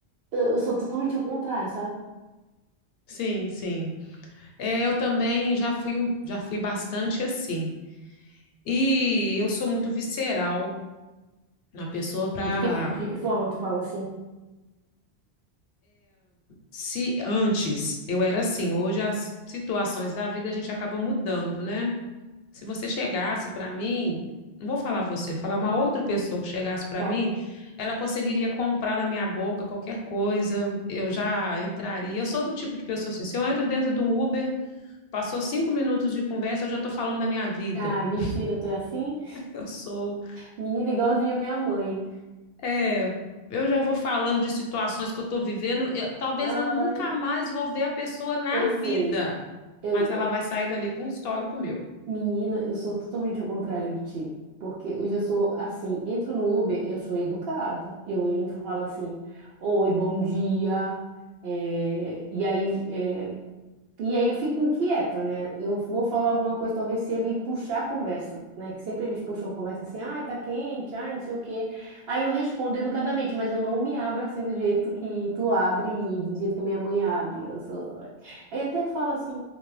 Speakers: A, on the right; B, on the left.
A: eu, eu sou totalmente ao contrário, sabe?
B: Sim, sim. É, eu também já fui, um- já fui bastante assim. E eu sou muito visceral na pessoa para.
A: De que, de que forma tu fala assim?
B: se antes eu era assim, hoje as situações da vida a gente acaba mudando, né? Se você chegasse para mim, não vou falar você, vou falar uma outra pessoa que chegasse para
A: Tá.
B: mim, ela conseguiria comprar da minha boca qualquer coisa, eu já entraria. Eu sou do tipo de pessoa assim, se eu entro dentro de um Uber, passou cinco minutos de conversa, eu já estou falando da minha vida.
A: Ai, mentira,
B: <laughs>
A: tu é assim?
B: Eu sou,
A: Menina igualzinha a minha mãe.
B: é, eu já vou falando de situações que eu estou vivendo, eu- talvez
A: Ai,
B: eu nunca mais vou ver a pessoa na
A: eu
B: vida,
A: sei. eu
B: mas ela vai sair dali com um histórico meu.
A: Menina, eu sou totalmente ao contrário de ti. Porque eu já sou assim, entro no Uber, eu sou educada. Eu entro, falo assim, oi, bom dia. eh, e aí, eh, e aí eu fico inquieta, né? Eu vou falar alguma coisa, talvez se ele puxar a conversa, né? Que sempre eles puxam a conversa assim, ai, tá quente, ai, não sei o quê. Aí eu respondo educadamente, mas eu não me abro assim do jeito que tu abre e do jeito que minha mãe abre. Eu sou... Aí até falo assim,